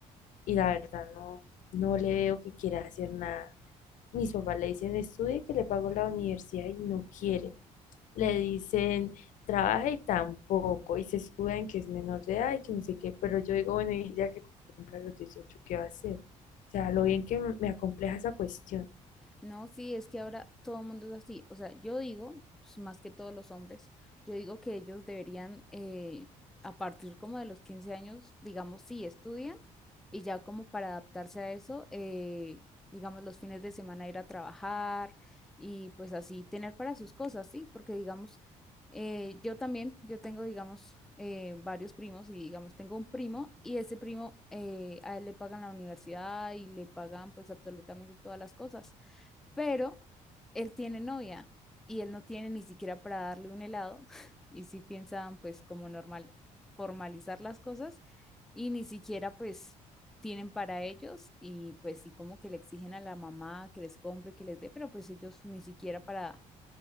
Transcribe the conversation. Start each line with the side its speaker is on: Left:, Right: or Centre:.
Left: y la verdad no, no le veo que quiera hacer nada. Mis papás le dicen estudie que le pago la universidad y no quiere. le dicen, trabaja y tampoco, y se escuda en que es menor de edad y que no sé qué, pero yo digo, bueno, y ya que cumpla los dieciocho ¿qué va a hacer? O sea, lo bien que me me acompleja esa cuestión.
Centre: No, sí, es que ahora todo el mundo es así. O sea, yo digo, pues, más que todos los hombres, yo digo que ellos deberían, eh, a partir como de los 15 años, digamos, sí, estudian y ya como para adaptarse a eso, eh, digamos, los fines de semana ir a trabajar y pues así tener para sus cosas, ¿sí? Porque digamos, eh, yo también, yo tengo, digamos, eh, varios primos y digamos, tengo un primo y ese primo, eh, a él le pagan la universidad y le pagan pues absolutamente todas las cosas pero él tiene novia y él no tiene ni siquiera para darle un helado <laughs> y sí piensan pues como normal formalizar las cosas y ni siquiera pues tienen para ellos y pues sí como que le exigen a la mamá que les compre, que les dé, pero pues ellos ni siquiera para